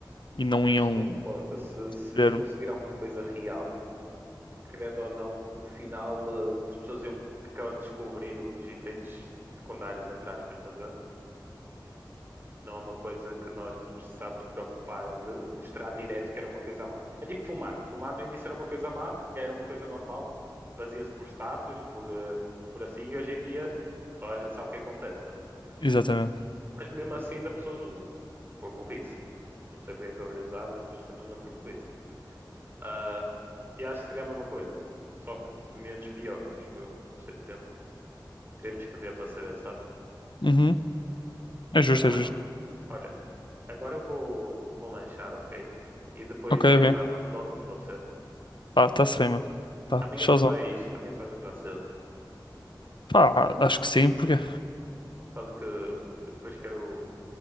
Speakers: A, on the left (about 85°); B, on the right (about 30°).
A: e não
B: Mano, acho
A: iam
B: que não importa. Se, se
A: ver.
B: fosse virar uma coisa real, querendo ou não, no final eh, as pessoas iam acabando de descobrir os efeitos secundários, entre aspas, estás a ver? Não é uma coisa que nós nos precisávamos preocupar de mostrar direto que era uma coisa má. É tipo fumar. Fumar no início era uma coisa má, era uma coisa normal, fazia-se por status, por, eh, por assim, e hoje em dia toda a gente sabe o que acontece, estás a
A: Exatamente.
B: Mas mesmo assim ainda pessoas usam. Por burrice. Não sei porque é que estou a abrir usar, mas simplesmente por burrice. Ah, e acho que seria a mesma coisa. Só que menos pior, acho eu. Não sei, depende. Temos que ver para saber, sabes?
A: Uhum. É justo,
B: Mas, mano,
A: é justo.
B: olha. Agora eu vou, vou lanchar, ok? E depois,
A: Ok,
B: mais
A: ok.
B: tarde, nós falamos, pode ser?
A: Pá, tá-se bem, mano. Tá,
B: Amanhã
A: showzão.
B: tu vais... Amanhã tu vais acordar cedo. Por
A: Pá, acho que sim, porque.
B: causa que eu depois quero...